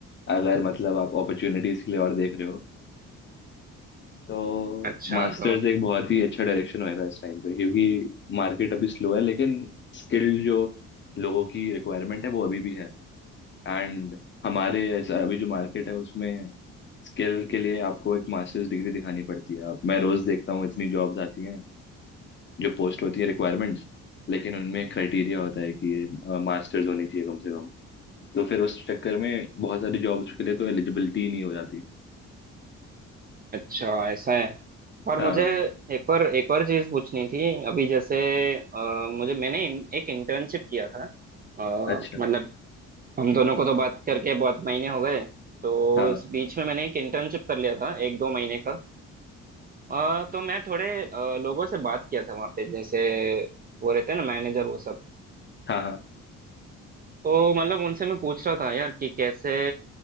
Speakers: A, on the left (about 40°); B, on the right (about 30°).
A: अगर मतलब आप अपॉर्चुनिटीज के लिए और देख रहे हो तो
B: अच्छा
A: मास्टर्स
B: तो
A: एक बहुत ही अच्छा डायरेक्शन होएगा इस टाइम पे क्योंकि मार्केट अभी स्लो है लेकिन स्किल्ड जो लोगों की रिक्वायरमेंट है वो अभी भी है एंड हमारे ऐसा- अभी जो मार्केट है उसमें स्किल के लिए आपको एक मास्टर्स डिग्री दिखानी पड़ती है अब मैं रोज देखता हूँ इतनी जॉब्स आती हैं जो पोस्ट होती है रिक्वायरमेंट्स लेकिन उनमें क्राइटेरिया होता है कि ये मास्टर्स होनी चाहिए कम से कम तो फिर उस चक्कर में बहुत सारी जॉब्स के लिए तो एलिजिबिलिटी नहीं हो जाती
B: अच्छा ऐसा है और
A: हाँ
B: मुझे एक और एक और चीज पूछनी थी अभी जैसे अ, मुझे मैंने इन, एक इंटर्नशिप किया था अ,
A: अच्छा
B: मतलब हम दोनों को तो बात करके बहुत महीने हो गए तो
A: हाँ
B: इस बीच में मैंने एक इंटर्नशिप कर लिया था एक दो महीने का अ, तो मैं थोड़े अ, लोगों से बात किया था वहाँ पे जैसे वो रहते हैं ना मैनेजर वो सब
A: हाँ हाँ
B: तो मतलब उनसे मैं पूछ रहा था यार कि कैसे